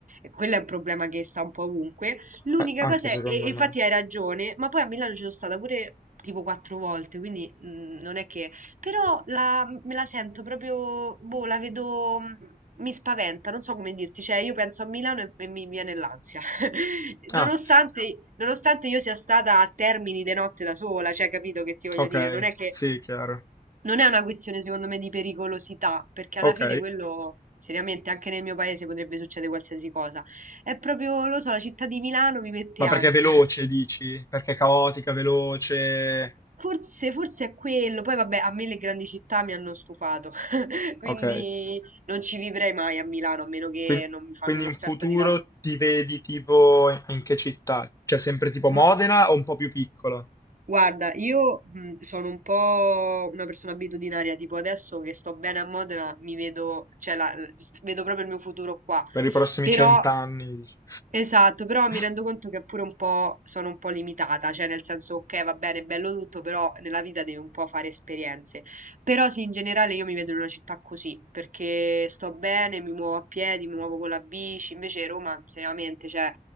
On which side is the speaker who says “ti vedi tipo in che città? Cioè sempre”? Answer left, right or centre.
Left